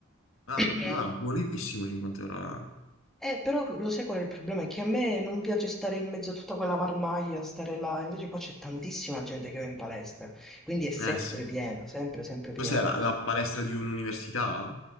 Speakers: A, on the left; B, in the centre.
A: ah,
B: <clears throat>
A: ma buonissimo 50 euro all'anno.
B: Eh, però lo sai qual è il problema? È che a me non piace stare in mezzo a tutta quella marmaglia, stare là, invece qua c'è tantissima gente che va in palestra, quindi è sempre
A: Eh sì.
B: pieno, sempre, sempre pieno.
A: Cos'è la, la palestra di un'università?